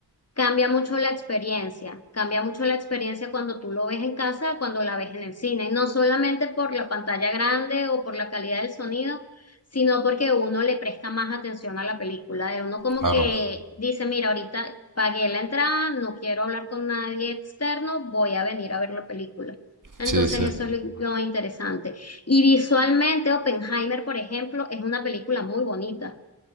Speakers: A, on the left; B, on the right.
A: Cambia mucho la experiencia, cambia mucho la experiencia cuando tú lo ves en casa, cuando la ves en el cine, y no solamente por la pantalla grande o por la calidad del sonido, sino porque uno le presta más atención a la película, de uno como
B: claro.
A: que dice, mira, ahorita pagué la entrada, no quiero hablar con nadie externo, voy a venir a ver la película. Entonces
B: Sí, sí.
A: eso es lo lo interesante. Y visualmente, Oppenheimer, por ejemplo, es una película muy bonita,